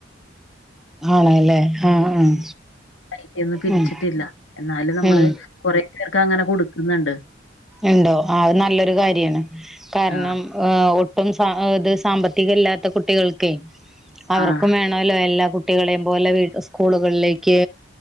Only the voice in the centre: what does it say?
ആളാല്ലേ, ആഹ് ആഹ്.
ഉം
ഉം
ഉണ്ടോ? ആഹ് അത് നല്ലൊരു കാര്യാണ് കാരണം
ഏഹ് ഒ ഒട്ടും സാ ത് സാമ്പത്തിക ഇല്ലാത്ത കുട്ടികൾക്കെ അവർക്കും
വേണം. ല്ലോ എല്ലാ കുട്ടികളെയും പോലെ സ്കൂളുകളിലേക്ക്